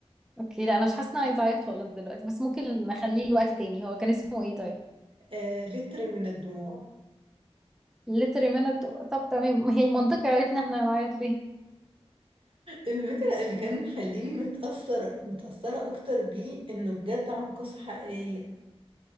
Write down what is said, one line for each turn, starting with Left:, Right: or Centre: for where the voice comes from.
Centre: اوكي لا انا مش حاسه إن انا عايزه اعيط خالص دلوقتي بس ممكن نخليه لوقت تاني هو كان اسمه ايه طيب
Right: آه لتر من الدموع
Centre: ليتر ميند طب تمام <laughs> ما هي منطقي عرفنا احنا هنعيط ليه
Right: الفكرة اللي كان مخليني متأثر متأثرة أكتر بيه إنه بجد عن قصة حقيقية